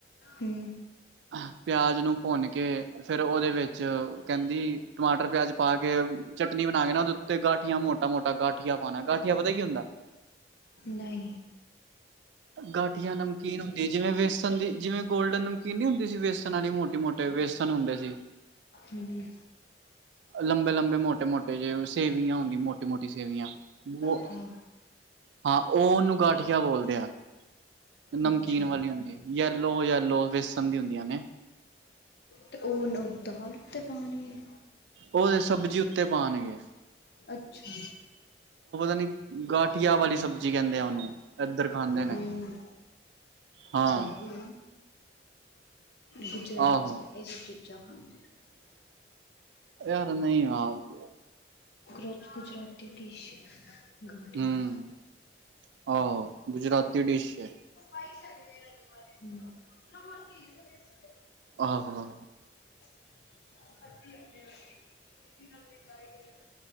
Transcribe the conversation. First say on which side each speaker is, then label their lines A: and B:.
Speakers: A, on the left; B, on the right.
A: ਹੂੰ।
B: ਅਹ, ਪਿਆਜ ਨੂੰ ਭੁੰਨ ਕੇ, ਫੇਰ ਉਹਦੇ ਵਿੱਚ ਕੇਂਦੀ, ਟਮਾਟਰ ਪਿਆਜ ਪਾ ਕੇ ਚਟਨੀ ਬਨਾ ਕੇ ਨਾ ਉਹਦੇ ਉੱਤੇ ਗਾਠੀਆਂ ਮੋਟਾ-ਮੋਟਾ ਗਾਠੀਆ ਪਾਂਨਾ, ਗਾਠੀਆ ਪਤਾ ਕੀ ਹੁੰਦਾ।
A: ਨਈ।
B: ਗਾਠੀਆ ਨਮਕੀਨ ਹੁੰਦੀ ਏ ਜਿਵੇਂ ਵੇਸਨ ਦੀ, ਜਿਵੇਂ ਗੋਲਡਨ ਨਮਕੀਨ ਨੀ ਹੁੰਦੀ ਸੀ ਵੇਸਨ ਆਲੀ ਮੋਟੇ-ਮੋਟੇ ਵੇਸਨ ਹੁੰਦੇ ਸੀ।
A: ਹੂੰ।
B: ਲੰਬੇ-ਲੰਬੇ ਮੋਟੇ-ਮੋਟੇ ਜੇ ਸੇਵੀਆਂ ਹੁੰਦੀਆਂ ਮੋਟੀ-ਮੋਟੀ ਸੇਵੀਆਂ। ਬੋ,
A: ਆਹੋ
B: ਹਾਂ ਓਹਨੂੰ ਗਟ ਠੀਆ ਬੋਲਦੇ ਆ। ਨਮਕੀਨ
A: ਅੱਛਾ
B: ਵਾਲੀ ਹੁੰਦੀ, ਯੈਲੋ-ਯੈਲੋ ਵੇਸਨ ਦੀ ਹੁੰਦੀਆਂ ਨੇ।
A: ਤੇ ਉਹਨੂੰ ਦਾਲ ਉਤੇ ਪਾਨੀ ਏ।
B: ਉਹਦੇ ਸਬਜ਼ੀ ਉੱਤੇ ਪਾਨਗੇ।
A: ਅੱਛਾ।
B: ਨੀ ਗਾਠੀਆ ਵਾਲੀ ਸਬਜ਼ੀ ਕਹਿੰਦੇ ਆ ਉਹਨੂੰ ਇੱਧਰ ਖਾਂਦੇ ਨੇ
A: ਹੂੰ,
B: ਹਾਂ
A: ਸਹੀ ਏ। ਗੁਜਰਾਤ
B: ਆਹੋ
A: ਚ ਇਹ ਸਭ ਚੀਜ਼ਾਂ ਖਾਂਦੇਏ।
B: ਵਿਆਹ ਕਰਨਾ ਹੀ ਹੈਗਾ, ਹਾ।
A: ਗੋਚ ਗੁਜਰਾਤੀ ਡਿਸ਼ ਗਾਠੀਆਂ।
B: ਹਮ ਆਹੋ ਗੁਜਰਾਤੀ ਡਿਸ਼ ਐ।
A: <unintelligible>
B: ਆਹੋ।
A: <unintelligible>